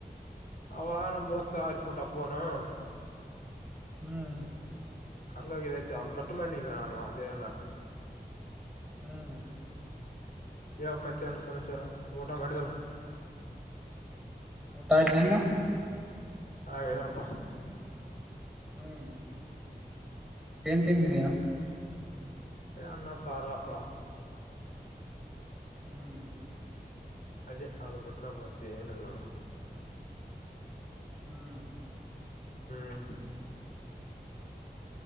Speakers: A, on the left; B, in the centre.
A: ಅವಾ ನಮ್ಮ್ ದೋಸ್ತಾ ಆಚು ಬಿಟ್ಟಾಪ್ಪನುು.
B: ಹ್ಮ್.
A: ಹಂಗಾಗಿಿದೈತ ಒಂದ್ ಕಟ್ು ಮಾಡನಿ ಈಗ ನಾನು ಒಂದೇನಲ್ಲ..
B: ಹ್ಮ್.
A: ಯಾವ ಮಾತಿ ಅನ್ನ ಸಮಾಚಾರ ಊಟ ಮಾಡಿದಲ್ಲ.
B: ಹೋಟಾ ದಂಗಾ.
A: ಹಾ ಹೇಳನೋಡಪ್ಪಾ.
B: ಹ್ಮ್ ಏನ್ ತಿಂದಿದೀಯಾ.
A: ಅನ್ನ ಸಾರಪ್ಳ.
B: ಹ್ಮ್ <unintelligible>
A: ಅದೇ ಅದ ಬಿಟ್ರ ಮತ್ತೆ ಏನಲ್ಲೋಡ.
B: ಹ್ಮ್.
A: ಹ್ಮ್.